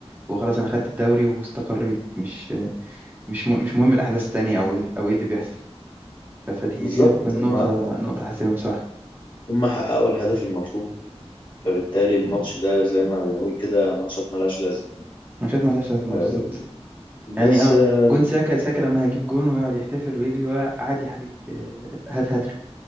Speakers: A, on the right; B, on the left.
A: وخلاص انا خدت الدوري واستقريت مش مش م- مش مهم الاحداث التانية او ايه او ايه اللي بيحصل ف- فدي
B: بالظبط
A: دي هتكون
B: هم
A: نقطة نقطة حاسمة بصراحة
B: هم حققوا الهدف المطلوب فبالتالي الماتش ده زي ما بنقول كده ماتشات ملهاش لازمة
A: ماتشات ملهاش لازمة
B: آه،
A: بالظبط
B: بس
A: يعني اه
B: آه،
A: جون ساكا ساكا لما هجيب جون ويقعد يحتفل ويجري وعادي يا حبيبي آه، هات هاتريك